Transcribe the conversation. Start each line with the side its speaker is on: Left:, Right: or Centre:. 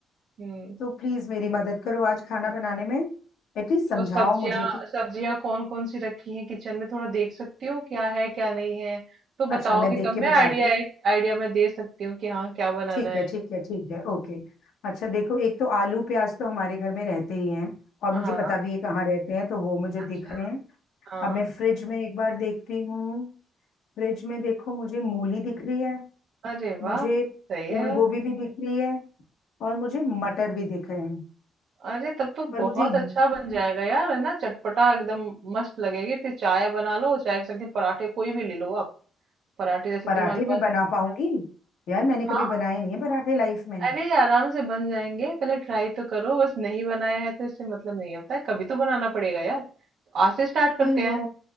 Right: हम्म
Left: तो प्लीज मेरी मदद करो आज खाना बनाने में एटलीस्ट
Right: तो
Left: समझाओ
Right: सब्जियां
Left: मुझे कि
Right: सब्जियां कौन कौन सी रखी हैं किचन में थोड़ा देख सकती हूँ क्या है क्या नहीं है तो
Left: अच्छा
Right: बताओगी
Left: मैं देख
Right: तब
Left: के
Right: मैं
Left: बताती
Right: आइडिया एक आइडिया मैं दे सकती हूँ कि हाँ क्या बनाना
Left: ठीक है
Right: है
Left: ठीक है ठीक है ओके अच्छा देखो एक तो आलू प्याज तो हमारे घर में रहते ही हैं और
Right: हाँ
Left: मुझे पता भी है कहाँ रहते हैं तो वो मुझे
Right: अच्छा
Left: दिख रहे हैं
Right: हाँ
Left: अब मैं फ्रिज में एक बार देखती हूँ फ्रिज में देखो मुझे मूली दिख रही है
Right: अरे
Left: मुझे
Right: वाह सही
Left: फूल
Right: है यार
Left: गोभी भी दिख रही है और मुझे मटर भी दिख रहे हैं
Right: अरे तब तो
Left: पर
Right: बहुत
Left: मुझे ये-
Right: अच्छा बन जाएगा यार है ना चटपटा एकदम मस्त लगेगी फिर चाय बना लो चाय के साथ के पराठे कोई भी ले लो आप पराठे जैसे
Left: पराठे
Right: तुम्हारे
Left: में
Right: पास
Left: बना पाऊंगी यार मैंने कभी
Right: हाँ
Left: बनाए नहीं है पराठे लाइफ में
Right: अरे आराम से बन जाएंगे पहले ट्राई तो करो बस नहीं बनाया है तो इससे मतलब नहीं होता है कभी तो बनाना पड़ेगा यार तो आज से स्टार्ट करते
Left: I
Right: हैं
Left: know